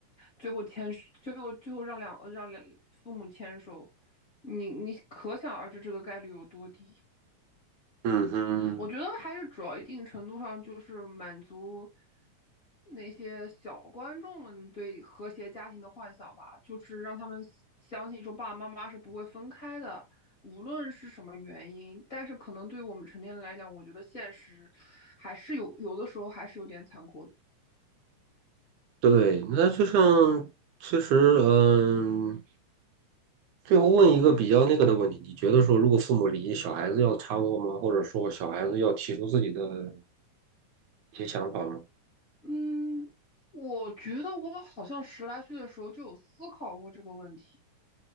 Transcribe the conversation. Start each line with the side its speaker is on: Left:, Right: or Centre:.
Left: 最后牵，最后最后让两让两父母牵手。你你可想而知这个概率有多低。
Right: 嗯哼，
Left: 我觉得还是主要一定程度上就是满足那些小观众们对和谐家庭的幻想吧，就是让他们相信说爸爸妈妈是不会分开的，无论是什么原因。但是可能对于我们成年人来讲，我觉得现实还是有有的时候还是有点残酷的。
Right: 对，那就像其实嗯。最后问一个比较那个的问题，你觉得说，如果父母离异，小孩子要掺和吗？或者说，小孩子要提出自己的一些想法吗？
Left: 嗯，我觉得我好像十来岁的时候就有思考过这个问题。